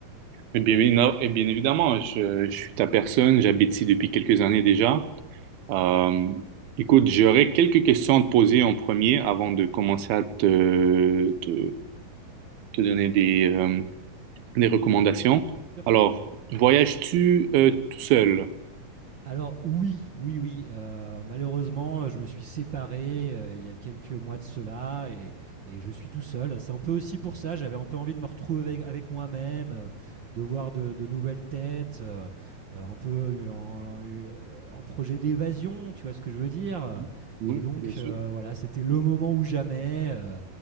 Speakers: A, on the right (about 80°); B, on the right (about 45°).
A: Eh bien, évi- eh bien évidemment, je, je suis ta personne, j'habite ici depuis quelques années déjà. Euh, écoute, j'aurais quelques questions à te poser en premier avant de commencer à te, te, te donner des, euh, des recommandations.
B: Bien sûr.
A: Alors, voyages-tu euh, tout seul?
B: Alors oui, oui, oui. euh, malheureusement, je me suis séparé euh, il y a quelques mois de cela et, et je suis tout seul. C'est un peu aussi pour ça, j'avais un peu envie de me retrouver avec, avec moi-même, euh, de voir de, de nouvelles têtes, euh, euh, un peu en, euh, en projet d'évasion, tu vois ce que je veux dire.
A: Mhm. Oui,
B: Et donc
A: bien sûr.
B: euh, voilà, c'était le moment ou jamais. euh,